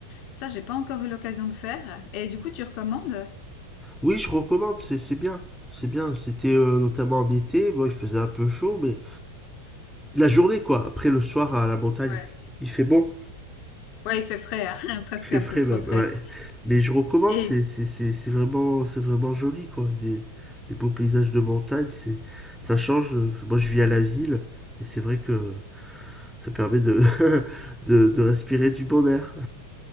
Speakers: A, on the left; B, in the centre.
A: Ça, j'ai pas encore eu l'occasion de faire. Et du coup, tu recommandes?
B: Oui, je recommande, c'est c'est bien. C'est bien. C'était euh, notamment en été, bon, il faisait un peu chaud, mais la journée, quoi. Après le soir à la montagne,
A: Ouais.
B: il fait bon,
A: Ouais, il fait frais, hein, <laughs> presque
B: il fait
A: un
B: frais
A: peu trop
B: même,
A: frais.
B: ouais. Mais je recommande,
A: Et
B: c'est c'est- c'est- c'est vraiment, c'est vraiment joli, quoi. Des, des beaux paysages de montagne, c'est, ça change. euh, Moi, je vis à la ville, et c'est vrai que ça permet de, <laughs> de, de respirer du bon air.